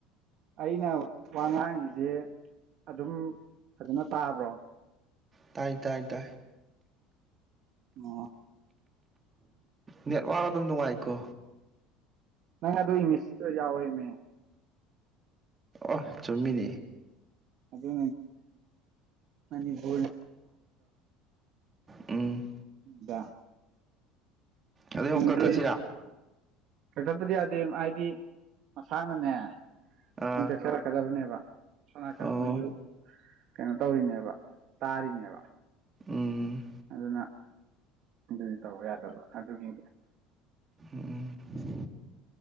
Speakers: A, on the right; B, on the right.
A: ꯑꯩꯅ ꯋꯥ ꯉꯥꯡꯉꯁꯦ ꯑꯗꯨꯝ ꯐꯖꯅ ꯇꯥꯕ꯭ꯔꯣ
B: ꯇꯥꯏ ꯇꯥꯏ ꯇꯥꯏ
A: ꯑꯣ
B: ꯅꯦꯠꯋꯥꯛ ꯑꯗꯨꯝ ꯅꯨꯡꯉꯥꯏꯀꯣ
A: ꯅꯪ ꯑꯗꯨ ꯏꯪꯂꯤꯁꯁꯤꯗ ꯌꯥꯎꯋ ꯏꯅꯦ
B: ꯑ ꯆꯨꯝꯃꯤꯅꯤ
A: ꯑꯗꯨ ꯅꯅꯦꯅꯤ ꯍꯥꯏ
B: ꯎꯝ
A: ꯏꯗ
B: ꯑꯗꯩ
A: ꯍꯌꯦꯡꯗꯤ
B: ꯑꯃꯨꯛ ꯀꯛꯊꯠꯁꯤꯔꯥ
A: ꯀꯛꯊꯠꯄꯗꯤ ꯌꯥꯗꯦ ꯍꯥꯏꯗꯤ ꯃꯁꯥꯅꯅꯦ
B: ꯑꯥ
A: ꯃꯣꯏ ꯀꯛꯆꯔꯛꯀꯗꯕꯅꯦꯕ ꯁꯣꯅꯔꯛꯀꯗ
B: ꯑꯣ
A: ꯃꯣꯏꯁꯨ ꯀꯩꯅꯣ ꯇꯧꯔꯤꯅꯦꯕ ꯇꯥꯔꯤꯅꯦꯕ
B: ꯎꯝ
A: ꯑꯗꯨꯅ ꯑꯗꯨꯗꯤ ꯇꯧꯕ ꯌꯥꯗꯕ ꯑꯗꯨꯒꯤ
B: ꯎꯝ